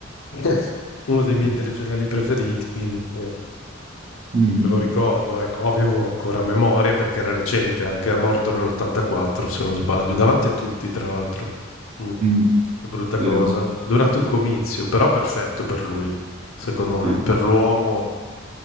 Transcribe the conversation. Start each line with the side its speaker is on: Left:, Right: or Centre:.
Left: <laughs> uno dei miei
Right: sì.
Left: telegiornali preferiti, quindi eh,
Right: Mhm.
Left: me lo ricordo, ecco, avevo ancora memoria perché era recente, anche era morto nell'84, se non sbaglio, davanti a tutti, tra l'altro. Mm.
Right: Mm.
Left: Che brutta
Right: Sì,
Left: cosa.
Right: no,
Left: Durante un comizio, però perfetto per lui, secondo me,
Right: sì.
Left: per l'uomo